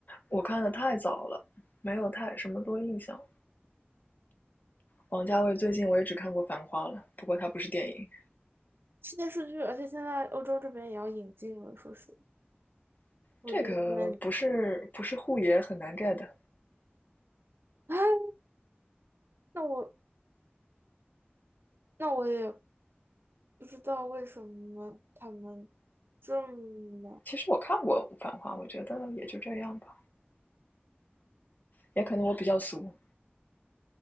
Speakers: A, on the left; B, on the right.
A: 我看的太早了，没有太什么多印象。王家卫最近我也只看过《繁花》了，不过它不是电影，
B: 是电视剧，而且现在欧洲这边也要引进了，说是我觉得不能理。
A: 这个不是不是护爷很难 get 的。
B: <laughs> 哎那我那我也不知道为什么他们这么
A: 其实我看过《繁花》，我觉得也就这样吧，也可能我比较俗，